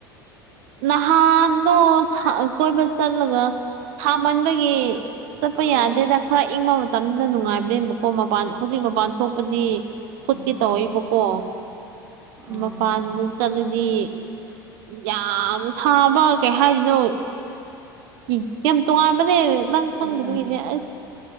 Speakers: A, on the right; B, on the right.
A: ꯅꯍꯥꯟꯗꯣ ꯀꯣꯏꯕ ꯆꯠꯂꯒ ꯁꯥꯃꯟꯕꯒꯤ ꯆꯠꯄ
B: ꯑꯥ
A: ꯌꯥꯗꯦꯗ ꯈꯔ ꯏꯪꯕ ꯃꯇꯝꯗꯨꯅ ꯅꯨꯡꯉꯥꯏꯕ ꯂꯩꯕꯀꯣ ꯃꯄꯥꯟ ꯍꯧꯖꯤꯛ ꯃꯄꯥꯟ ꯊꯣꯛꯄꯗꯤ ꯈꯨꯠꯀꯦ
B: ꯑꯥ
A: ꯇꯧꯏꯕꯀꯣ
B: ꯑꯥ
A: ꯃꯄꯥꯟꯗ ꯆꯠꯂꯗꯤ ꯌꯥꯝ ꯁꯥꯕ ꯀꯩ ꯍꯥꯏꯗꯣꯢꯅꯣ ꯎ ꯌꯥꯝ ꯇꯣꯉꯥꯟꯕꯅꯦ ꯅꯪ
B: ꯎꯝ
A: ꯈꯪꯗꯕꯒꯤꯅꯦ ꯑꯁ